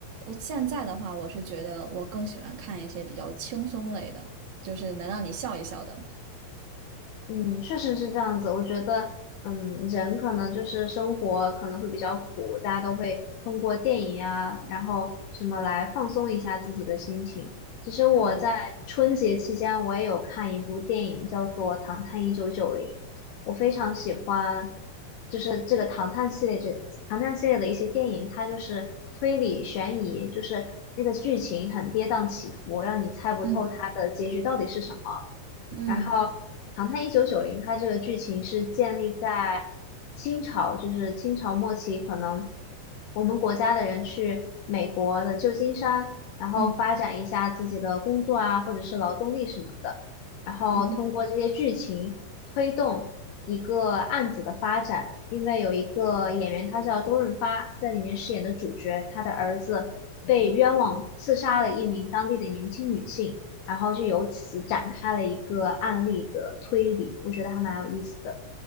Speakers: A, on the right (about 60°); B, on the left (about 85°).
A: 我现在的话，我是觉得我更喜欢看一些比较轻松类的，就是能让你笑一笑的。
B: 嗯，确实是这样子。我觉得，嗯，人可能就是生活可能会比较苦，大家都会通过电影啊，然后什么来放松一下自己的心情。其实我在春节期间，
A: 对，
B: 我也有看一部电影，叫做《唐探一九九零》，我非常喜欢，就是这个唐探系列这唐探系列的一些电影，它就是推理悬疑，就是那个剧情很跌宕起伏，让你猜不透它的结局到底是什么。
A: 嗯嗯
B: 然后《唐探一九九零》它这个剧情是建立在清朝，就是清朝末期，可能我们国家的人去美国的旧金山，然后发展一下自己的工作啊，
A: 嗯
B: 或者是劳动力什么的，然后通过这些剧情推动一个案子的发展。
A: 嗯嗯。
B: 因为有一个演员，他叫周润发，在里面饰演的主角，他的儿子被冤枉刺杀了一名当地的年轻女性。然后就由此展开了一个案例的推理，我觉得还蛮有意思的。